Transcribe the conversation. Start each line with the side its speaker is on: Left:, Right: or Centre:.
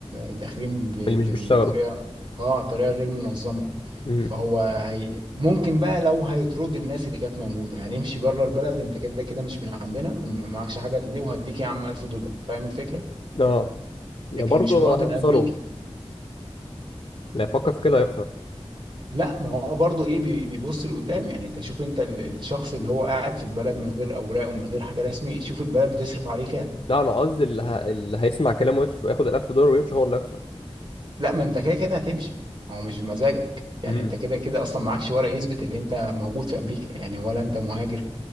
Right: م- داخلين ب-
Left: اللي مش بيشتغلوا
Right: بطريقه اه طريقه غير منظمه
Left: امم
Right: فهو هي ممكن بقى لو هيطرد الناس اللي كانت موجوده يعني امشي بره البلد انت كده كده مش من عندنا ومعكش حاجه تدي وهديك يا عم 1000 دولار فاهم الفكره
Left: اه
Right: لكن
Left: يا برضه
Right: مش مواطن
Left: هيخسروا
Right: امريكي
Left: لا يفكر في كده
Right: لا
Left: هيخسر
Right: لا ما هو برضه ايه بي- بيبص لقدام يعني انت شوف انت ال- الشخص اللي هو قاعد في البلد من غير اوراق ومن غير حاجه رسمي شوف البلد بتصرف عليه كام
Left: لا انا قصدي اللي, ه... اللي هيسمع كلامه ويدفع- ياخد الألف دولار ويمشي هو اللي هيخسر
Right: لا ما انت كده كده هتمشي هو مش بمزاجك يعني
Left: امم
Right: انت كده كده اصلا معكش ورق يثبت ان انت موجود في امريكا يعني ولا انت مهاجر